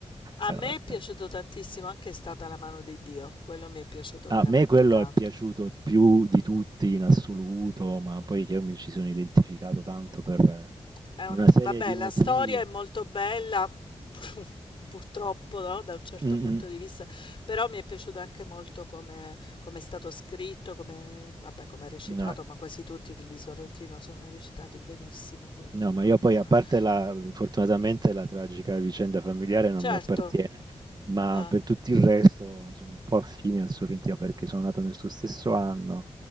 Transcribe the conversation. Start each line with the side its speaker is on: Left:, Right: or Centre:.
Left: A
Right: E
Left: me
Right: vabbè,
Left: è piaciuto
Right: eh.
Left: tantissimo anche È stata la mano di Dio, quello mi è piaciuto
Right: A
Left: veramente
Right: me quello
Left: tanto.
Right: è piaciuto più di tutti in assoluto, ma poi io mi ci sono identificato tanto per eh,
Left: È una
Right: una serie
Left: vabbè,
Right: di
Left: la
Right: motivi.
Left: storia è molto bella, <laughs> purtroppo, no, da un certo
Right: Mh-mh.
Left: punto di vista, però mi è piaciuto anche molto come come è stato scritto, come vabbè, come è recitato,
Right: No,
Left: ma quasi tutti i film di Sorrentino sono recitati benissimo, quindi
Right: No,
Left: non
Right: ma io poi a parte
Left: eh.
Right: la fortunatamente la tragica vicenda familiare non
Left: certo,
Right: mi appartiene, ma
Left: eh.
Right: per tutto il resto sono un po' affine al Sorrentino perché sono nato nel suo stesso anno,